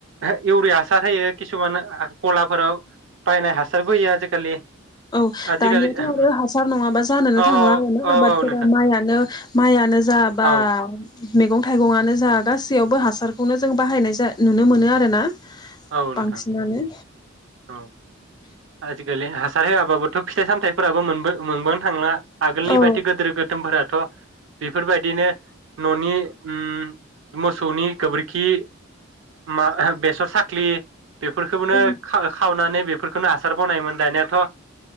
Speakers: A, on the right (about 65°); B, on the left (about 20°).
A: इउरिया हासार होयो किसुमान गलाफोराव बायनाय हासारबो <unintelligible> <unintelligible>
B: औ
A: आजिखालि
B: दानियाथ' आरो हासार नङाबा जानोनो
A: औ
B: थांला आरोना
A: औ
B: आबादफोरा
A: औ नोंथां
B: माइानो माइआनो जाबा
A: औ
B: मैगं थाइगंआनो जा गासैयावबो हासारखौनो जों बाहायनाय नुनो मोनो आरो ना
A: औ
B: बांसिनानो
A: नोंथां औ आजिखालि हासार होआबाबोथ' फिथाइ सामथायफोराबो मोनबानो थांला आगोलनि
B: औ
A: बायदि गोदिर गोदोमफोरा बेफोरबायदिनो न'नि ओ मोसौनि गोबोरखि मा बेसर साखा <unintelligible> बेफोरखौनो
B: औ
A: खाव-खावनानै बेफोरखौनो हासार बनायमोन दानियाथ'